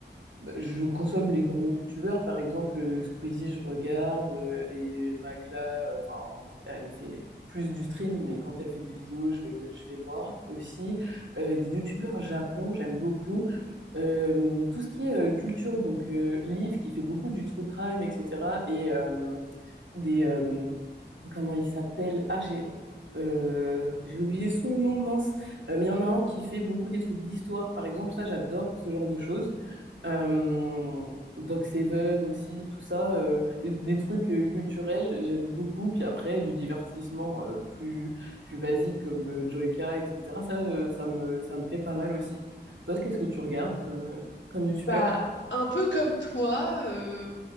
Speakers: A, on the right; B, on the left.
A: bah, Je consomme les gros youtubeurs, par exemple euh, Squeezie, je regarde, euh, les Magla, euh, enfin, en tout cas, elle fait plus du stream, mais quand elle fait des vidéos, je vais, je vais voir aussi. Euh, des youtubeurs japon, j'aime beaucoup. Euh, tout ce qui est euh, culture, donc euh, Liv qui fait beaucoup du true crime, etc. Et euh, des, euh, comment il s'appelle? Ah, j'ai euh, j'ai oublié son nom, mince. Euh, mais il y en a un qui fait beaucoup des trucs d'histoire, par exemple. Ça, j'adore ce genre de choses. Euh, Doc Seven aussi, tout ça, euh, des, des trucs euh, culturels, j'aime beaucoup. Puis après, du divertissement euh, plus plus basique comme euh, Joyka, etc. Ça, euh, ça me ça me plaît pas mal aussi. Toi, qu'est-ce que tu regardes comme euh, comme youtubeur?
B: Bah, un peu comme toi, euh,